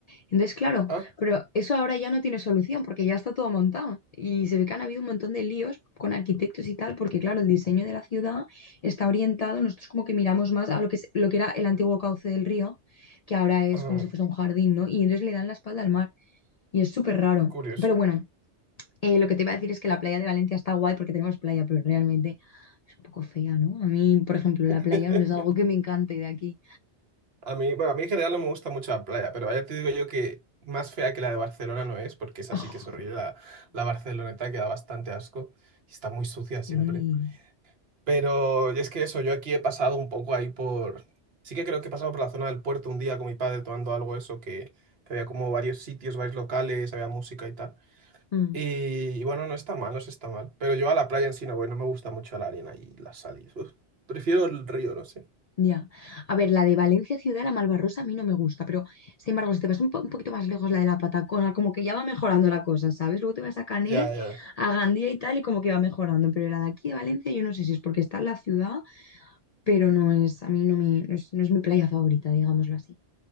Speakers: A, on the left (about 55°); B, on the right (about 60°).
A: Entonces, claro,
B: Ah,
A: pero eso ahora ya no tiene solución porque ya está todo montado y se ve que han habido un montón de líos con arquitectos y tal porque, claro, el diseño de la ciudad está orientado, nosotros como que miramos más a lo que, es- lo que era el antiguo cauce del río, que ahora es
B: ah,
A: como si fuese un jardín, ¿no? Y entonces le dan la espalda al mar y es súper raro.
B: curioso.
A: Pero bueno, eh, lo que te iba a decir es que la playa de Valencia está guay porque tenemos playa, pero realmente es un poco fea, ¿no? A mí, por ejemplo, la
B: <laughs>
A: playa no es algo que me encante de aquí.
B: A mí, bueno, a mí en general no me gusta mucho la playa, pero ya te digo yo que más fea que la de Barcelona no es, porque esa
A: <laughs>
B: sí que es horrible. La, la barceloneta queda bastante asco y está muy sucia siempre.
A: Sí.
B: Pero y es que eso, yo aquí he pasado un poco ahí por... Sí que creo que he pasado por la zona del puerto un día con mi padre tomando algo eso, que, que había como varios sitios, varios locales, había música y tal.
A: Mm.
B: Y, y bueno, no está mal, no se está mal. Pero yo a la playa en sí no voy, no me gusta mucho la arena y las salidas. Uf, prefiero el río, no sé.
A: Ya. A ver, la de Valencia Ciudad, la Malvarrosa, a mí no me gusta, pero sin embargo, si te vas un, po- un poquito más lejos, la de la Patacona, como que ya va mejorando la cosa, ¿sabes? Luego te vas a Canet,
B: Ya, ya,
A: a Gandía y tal, y como que va mejorando, pero la de aquí de Valencia, yo no sé si es porque está en la ciudad, pero no es, a mí no, me, no es, no es mi playa favorita, digámoslo así.